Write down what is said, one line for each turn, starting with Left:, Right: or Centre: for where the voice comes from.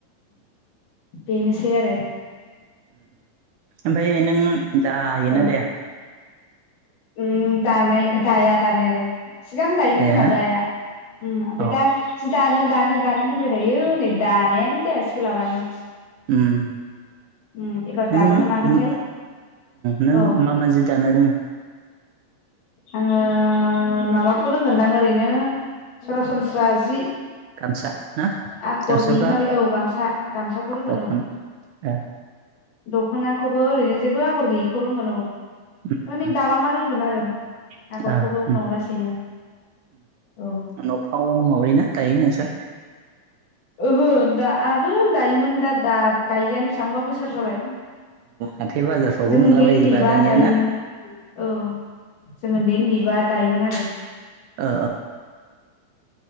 Left: बेनोसै आरो
Right: ओमफ्राय नों जायोना
Left: ओ
Right: दे
Left: उम दानाय दाया दानायालाय सिगां दायोमोन
Right: दायाना
Left: जोंनाबो आइया ओमफ्राय
Right: अ
Left: दा जि दानो दानो दानो होनबाय थायो नै दानायानो जाया सोलाबानो
Right: उम
Left: उम एबार
Right: नों
Left: दागोन ना मागोनथाय
Right: नों
Left: औ
Right: मा मा जि दानो रोङो?
Left: आङो माबाखौ रोंगोनदां ओरैनो सरासनस्रा जि
Right: गामसा ना
Left: आगर
Right: गामसाफ्रा
Left: गैयि मादै औ गामसा गामसाखौ रोंगोन
Right: दख'ना
Left: औ
Right: ओ
Left: दख'नाखौबो ओरैनो जेबो आगर गैयैखौ रोंगोन औ
Right: उम
Left: नै
Right: उम
Left: दालांबा होनगोन आरो
Right: ओ
Left: आगरखौबो
Right: उम
Left: उनाव लासैनो औ
Right: न'फ्राव माबायोना दायो नोंसोर
Left: ओहो दा आगोल दायोमोन दा दा दायआानो बेसेबांबा बोसोर जाबाय
Right: हाथाय बाजारफ्रावबो
Left: जों
Right: मोनला
Left: उन्दै
Right: बजोबा
Left: उन्दैबा
Right: दानिया
Left: दायोमोन
Right: ना
Left: औ जों उन्दै उन्दैबा दायोमोन आरो
Right: अ